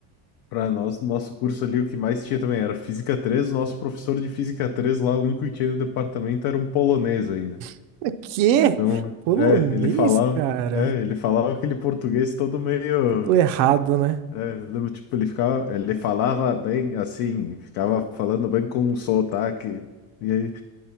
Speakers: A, on the left (about 50°); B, on the right (about 85°).
A: para nós, no nosso curso ali, o que mais tinha também era Física três o nosso professor de Física 3 lá, o único que tinha no departamento era um polonês ainda.
B: <laughs> Quê?
A: Então,
B: Polonês,
A: é, ele falava,
B: cara?
A: é, ele falava aquele português todo meio...
B: Tudo errado, né?
A: É, eu lembro, tipo, ele ficava, ele falava bem assim, ficava falando bem com um sotaque. E aí,